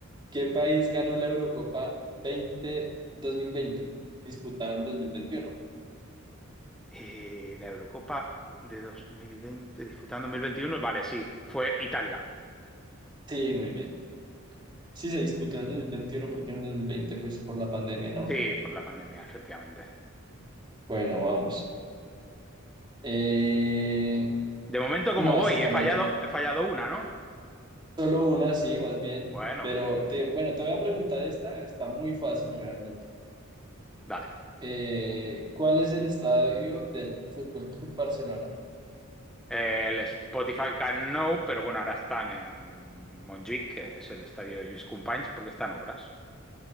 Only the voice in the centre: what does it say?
Eh, la Eurocopa de 2020, disputando 2021, vale, sí, fue Italia.
Sí, por la pandemia, efectivamente.
De momento, como
voy?
He fallado,
he fallado una, ¿no?
Bueno,
voy bien, muy
bien.
Dale.
Eh, el Spotify Can No, pero bueno, ahora están en Montjuic, que es el estadio de Lluís Companys, porque están obras.